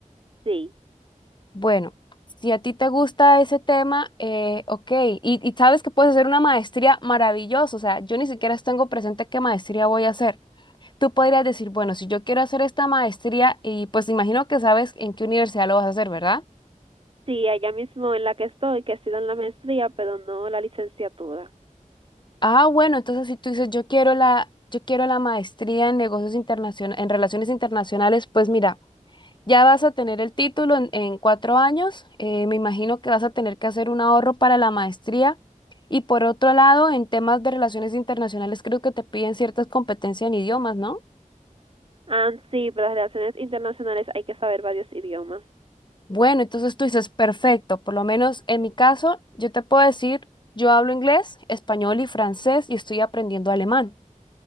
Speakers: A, on the right; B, on the left.
A: sí,
B: Bueno, si a ti te gusta ese tema, eh, ok, y, y sabes que puedes hacer una maestría maravillosa, o sea, yo ni siquiera tengo presente qué maestría voy a hacer. Tú podrías decir, bueno, si yo quiero hacer esta maestría, y pues imagino que sabes en qué universidad lo vas a hacer, ¿verdad?
A: sí, allá mismo en la que estoy, que ha sido en la maestría, pero no la licenciatura.
B: Ah, bueno, entonces si tú dices, yo quiero la, yo quiero la maestría en negocios internacionales, en relaciones internacionales, pues mira. Ya vas a tener el título en, en cuatro años. eh, me imagino que vas a tener que hacer un ahorro para la maestría. Y por otro lado, en temas de relaciones internacionales, creo que te piden ciertas competencias en idiomas, ¿no?
A: Ah, sí, para las relaciones internacionales hay que saber varios idiomas.
B: Bueno, entonces tú dices, perfecto. Por lo menos en mi caso, yo te puedo decir, yo hablo inglés, español y francés y estoy aprendiendo alemán.